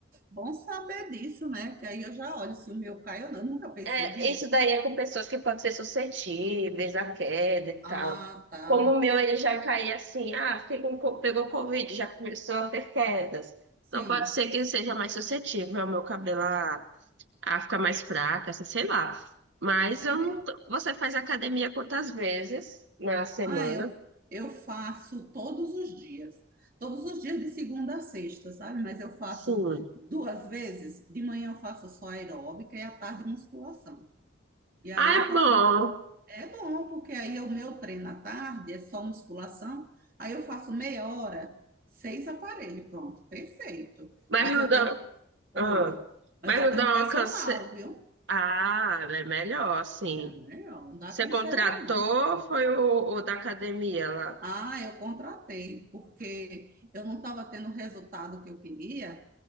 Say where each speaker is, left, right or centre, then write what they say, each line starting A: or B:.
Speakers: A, on the right; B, on the right.
A: Bom saber disso, né? Que aí eu já olho se o meu cai ou não. Eu nunca percebi.
B: É, isso daí é com pessoas que podem ser suscetíveis à queda e tal.
A: Ah, tá.
B: Como o meu, ele já caía assim, ah, fiquei com co- pegou Covid, já começou a ter quedas.
A: Sim,
B: Então pode ser que seja mais suscetível ao meu cabelo. Ah, fica mais fraca, essa- sei lá. Mas
A: é
B: eu
A: mesmo.
B: não. tô- Você faz academia quantas vezes na semana?
A: Ah, eu, eu faço todos os dias. Todos os dias de segunda a sexta, sabe? Mas eu faço
B: Sim.
A: duas vezes. De manhã eu faço só aeróbica e à tarde musculação. E aí
B: Ah, é
A: eu faço.
B: bom.
A: É bom, porque aí o meu treino à tarde é só musculação. Aí eu faço meia hora, seis aparelhos, pronto, perfeito.
B: Mas
A: Mas
B: não
A: eu
B: dá.
A: tenho. Oi,
B: Ah,
A: mas
B: mas
A: eu
B: não
A: tenho
B: dá
A: personal,
B: uma canse...
A: viu?
B: Ah, é melhor, sim.
A: É melhor, não dá
B: Você
A: canseira,
B: contratou
A: não.
B: ou foi o, o da academia lá?
A: Ah, eu contratei, porque eu não estava tendo o resultado que eu queria,